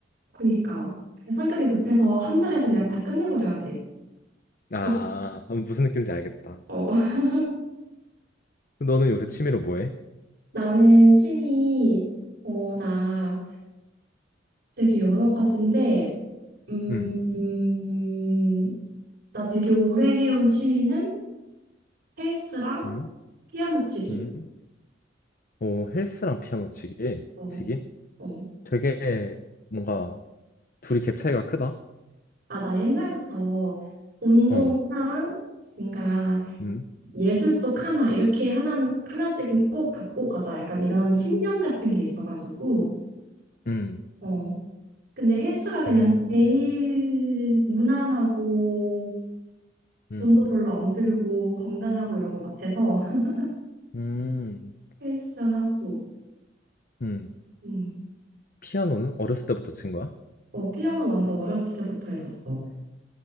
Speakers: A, on the right; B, on the left.
A: 그니까. 그냥 성격이 급해서 한 자리에서 그냥 다 끝내버려야 돼.
B: 아,
A: 그-
B: 무슨 느낌인지 알겠다.
A: 어. <laughs>
B: 너는 요새 취미로 뭐 해?
A: 나는 취미, 어, 나 되게 여러 가지인데, 음,
B: 음.
A: 음, 나 되게 오래 해온 취미는 헬스랑
B: 음.
A: 피아노 치기.
B: 음. 어, 헬스랑 피아노 치기,
A: 어,
B: 치기?
A: 어.
B: 되게 뭔가 둘이 갭 차이가 크다.
A: 아, 나 옛날부터 운동
B: 어,
A: 하나랑 뭔가
B: 음,
A: 예술 쪽 하나 이렇게 하나는 하나씩은 꼭 갖고 가자 약간 이런 신념 같은 게 있어가지고
B: 음,
A: 어 근데 헬스가 그냥
B: 어,
A: 제일 무난하고
B: 음,
A: 돈도 별로 안 들고 건강하고 이런 것 같아서 <laughs>
B: 음,
A: 헬스하고
B: 음.
A: 음.
B: 피아노는 어렸을 때부터 친 거야?
A: 어 피아노 완전 어렸을 때부터 했었어.